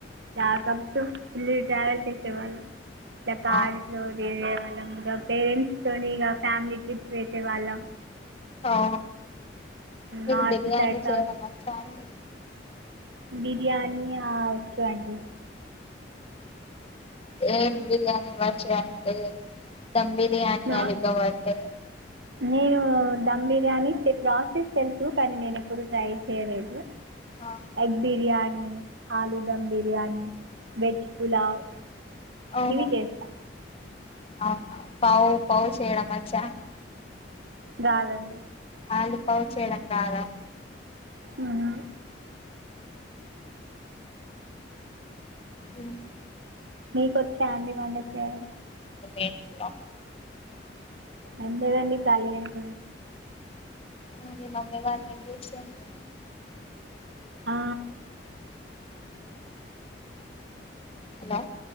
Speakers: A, on the right; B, on the left.
A: ప్యాకప్ ఫుల్లీ ట్రావెల్ చేసేవాళ్ళు ట్ల కాట్
B: ఆ
A: లో తిరిగే వాళ్ళం గా పేరెంట్స్ తోండి ఇగ ఫ్యామిలీ ట్రిప్స్ వెేసే వాళ్ళం
B: ఆ మీకు
A: నార్త్
B: బిర్యానీ
A: సైడ్ సౌత్
B: చేయడం వచ్చా అండి
A: బిర్యానీ ఆ వచ్చు అండి
B: ఏం బి బర్యాని వచ్చు అన్ టే ధం బిర్యానీ
A: నా
B: అలిక వాటరు
A: నేను ధమ్ బిర్యానీ తె ప్రాసెస్ తెలుసు కానీ నేను ఎప్పుడూ ట్రై చెయ్యలేదు
B: ఆ,
A: ఎగ్ బిర్యానీ ఆలూ ధమ్ బిర్యానీ వెజ్ పులావ్
B: ఓహో
A: ఇది చేస్తా
B: అవునా పౌ పౌ చేయడం వచ్చా
A: రాదండి
B: ఆలు పౌ చేయడం రాదా
A: ఉఊ
B: ఉమ్
A: మీకొచ్చా అండి వంట చేయడం
B: ఏంట్లో
A: ఏం లేదండి ఖాళీ రేపు
B: ఆ మీ మమ్మీ వాళ్ళు ఏం చేస్తుండ్రు
A: ఆ
B: హలో